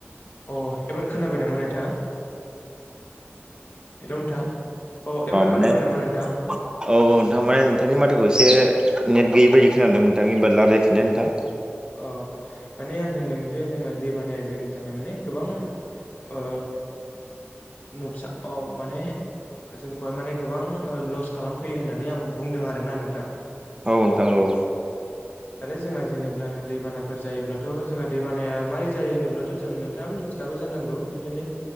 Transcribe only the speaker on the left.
अ एबार खोनाबाय नामा नोंथाङा हेलौ नोंथां एबार
खोनाबाय
नामा नोंथाङा
अ माने आं होनदों जे जोङो दैबानाया जोंनि थाखाय माने गोबां ओ नुखसा अ माने जोंखौहाय माने गोबां ओ लस खालामफैयो होननानै आं बुंदों आरोना नोंथां
दालाय जोंहा जेनेब ब्ला दैबानाफोर जायोब्लाथ' जोंहा दैबाना मारै जायो होनोब्लाथ' जों नोंथाङाबा मिथिखागौ जानांगौ बिदिन नो